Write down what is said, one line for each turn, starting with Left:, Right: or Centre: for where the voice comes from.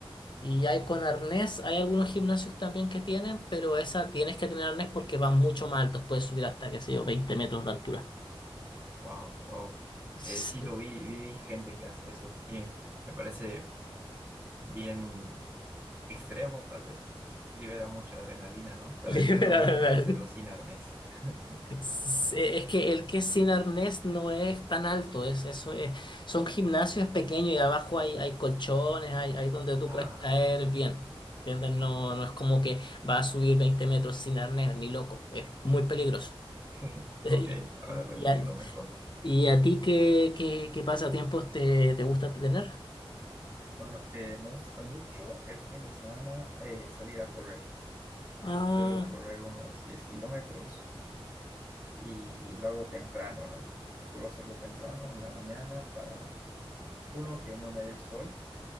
Left: Y hay con arnés, hay algunos gimnasios también que tienen, pero esa tienes que tener arnés porque van mucho más altos puedes subir hasta, qué sé yo, veinte metros de altura.
Right: wow, wow.
Left: Sí,
Right: Eh, sí lo vi, vi, vi gente que hace eso y me parece bien extremo, tal vez. Libera mucha adrenalina, ¿no? Tal
Left: <laughs> Libera
Right: vez yo no me
Left: adrenalina.
Right: animaría a hacerlo sin arnés. <laughs>
Left: Sí, Es que el que es sin arnés no es tan alto, es eso es, son gimnasios pequeños y abajo hay, hay colchones, hay, hay donde tú
Right: Ah,
Left: puedes caer bien. ¿Entiendes? No, no es como que va a subir 20 metros sin arnés, ni loco, es muy peligroso. <laughs>
Right: <laughs>
Left: Y,
Right: ok, ahora lo
Left: y-
Right: entiendo mejor.
Left: ¿Y a ti qué, qué, qué pasatiempos te, te gusta tener?
Right: Bueno, eh, me gusta mucho el fin de semana eh, salir a correr. Suelo
Left: Ah,
Right: correr unos 10 kilómetros y lo hago temprano, ¿no? Suelo hacerlo temprano en la mañana para, uno, que no me dé el sol,